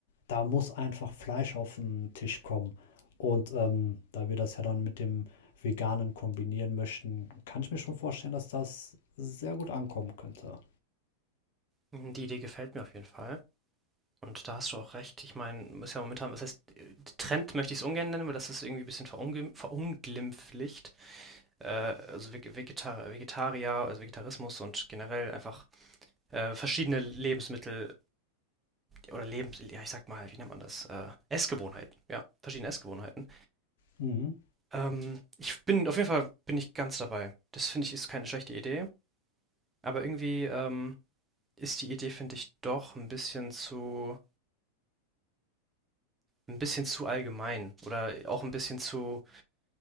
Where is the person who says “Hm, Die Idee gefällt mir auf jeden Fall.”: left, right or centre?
Right